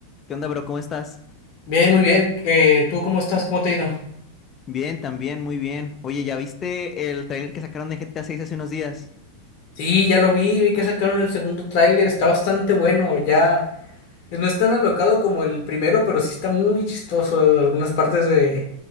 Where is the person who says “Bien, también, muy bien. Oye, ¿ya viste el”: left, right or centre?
Left